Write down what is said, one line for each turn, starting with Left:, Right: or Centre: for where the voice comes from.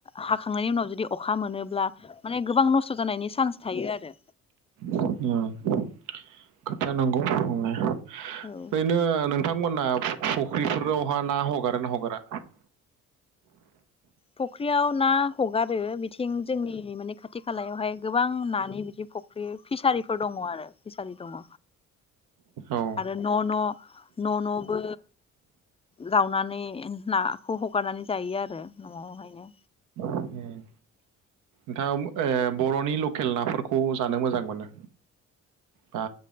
Left: हा खांनायनि उनाव जुदि अखा मोनोब्ला माने गोबां नस्थ' जानायनि चान्स थायो आरो।
Right: ओम खोथाया नंगौ नंनाया।
Left: औ
Right: ओरैनो नों थांमोना फुख्रिफोरावहा ना हगारोना हगारा?
Left: फख्रियाव ना हगारो बिथिं जोंनि माने खाथि खालायावहाय गोबां नानि बिदि फुख्रि फिसारिफोर दङ आरो, फिसारि दङ।
Right: औ
Left: आरो न' न' न' न'बो जावनानै नाखौ हगारनानै जायो आरो न'आवहायनो।
Right: उम नोंथाङा ओ बर'नि लकेल नाफोरखौ जानो मोजां मोनो बा